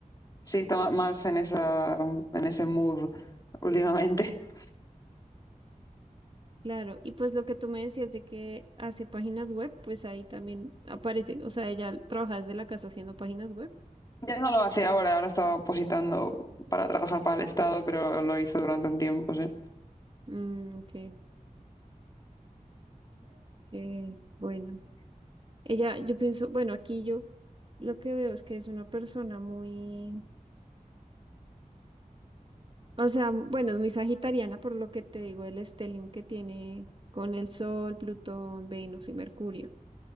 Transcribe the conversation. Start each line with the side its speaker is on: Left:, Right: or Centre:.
Left: sí está ma- más en esa, en ese mood últimamente. <laughs>
Right: Claro, y pues lo que tú me decías de que hace páginas web, pues ahí también aparece, o sea, ella trabaja desde la casa haciendo páginas web.
Left: Ya no lo hace ahora, ahora estaba positando para trabajar para el Estado, pero lo hizo durante un tiempo, sí.
Right: Mm, ok, ok, bueno. Ella, yo pienso, bueno, aquí yo lo que veo es que es una persona muy, o sea, bueno, es muy sagitariana por lo que te digo, el stellium que tiene con el Sol, Plutón, Venus y Mercurio.